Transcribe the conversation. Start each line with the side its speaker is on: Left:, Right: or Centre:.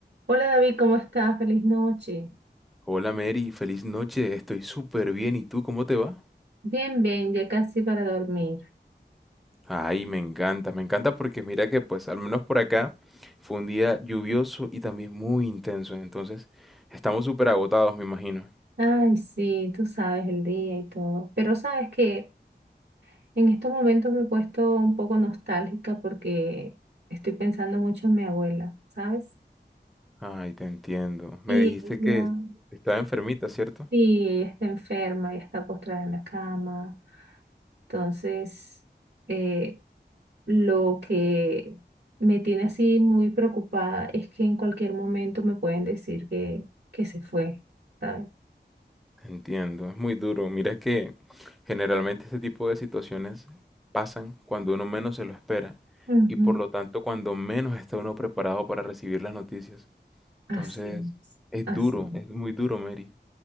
Right: Hola David, ¿cómo estás? Feliz noche.
Centre: Hola Mary, feliz noche, estoy súper bien. ¿Y tú cómo te va?
Right: Bien, bien, ya casi para dormir.
Centre: Ay, me encanta, me encanta porque mira que pues al menos por acá fue un día lluvioso y también muy intenso, entonces estamos súper agotados, me imagino.
Right: Ay, sí, tú sabes el día y todo. Pero sabes que en estos momentos me he puesto un poco nostálgica porque estoy pensando mucho en mi abuela, ¿sabes?
Centre: Ay, te entiendo. Me
Right: Y
Centre: dijiste
Right: ella,
Centre: que estaba enfermita, ¿cierto?
Right: Sí, ella está enferma, ella está postrada en la cama. Entonces, eh, lo que me tiene así muy preocupada es que en cualquier momento me pueden decir que, que se fue, ¿sabes?
Centre: Te entiendo, es muy duro. Mira que generalmente este tipo de situaciones pasan cuando uno menos se lo espera
Right: Ujú,
Centre: y por lo tanto cuando menos está uno preparado para recibir las noticias.
Right: Así
Centre: Entonces,
Right: es,
Centre: es
Right: así
Centre: duro,
Right: es.
Centre: es muy duro, Mary.